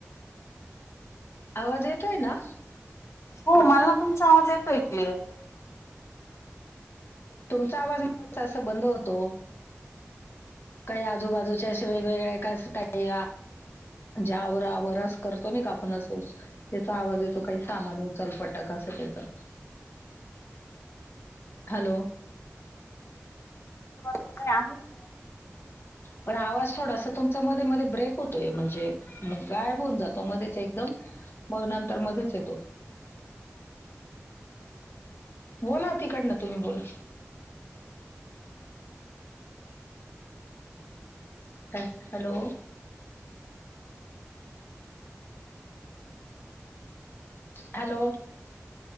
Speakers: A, on the left (about 50°); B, on the left (about 65°).
A: आवाज येतोय ना
B: हो मला ना तुमचा आवाज येत <unintelligible>
A: तुमचा आवाज मध्ये असा बंद होतो काही आजूबाजूचे अशे वेगवेगळे काय काही जे आवर आवर अस करतो ना का आपण अस ह्याचा आवाज येतो काही सामान उचल फटक असं काहीतर हॅलो
B: <unintelligible>
A: पण आवाज थोडासा तुमचा मध्ये मध्ये ब्रेक होतोय म्हणजे गायब होऊन जातो मध्येच एकदम मग नंतर मध्येच येतो बोला तिकडनं तुम्ही बोला ह हॅलो. हॅलो.